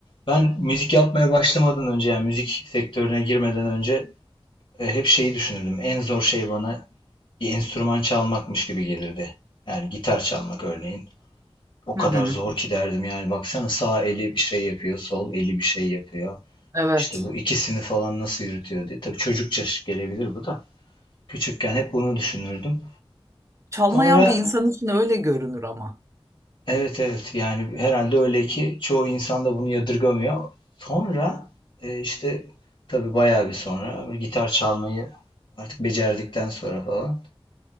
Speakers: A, on the left; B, on the right.
A: Ben müzik yapmaya başlamadan önce yani müzik sektörüne girmeden önce e, hep şeyi düşünürdüm. En zor şey bana bir enstrüman çalmakmış gibi gelirdi. Yani gitar çalmak örneğin. O kadar
B: Hı hı.
A: zor ki derdim yani baksana sağ eli bir şey yapıyor, sol eli bir şey yapıyor.
B: Evet.
A: İşte bu ikisini falan nasıl yürütüyor diye. Tabii çocukça gelebilir bu da. Küçükken hep bunu düşünürdüm.
B: Çalmayan
A: Sonra
B: bir insan için öyle görünür ama.
A: Evet evet yani herhalde öyle ki çoğu insan da bunu yadırgamıyor. Sonra e, işte tabii bayağı bir sonra böyle gitar çalmayı artık becerdikten sonra falan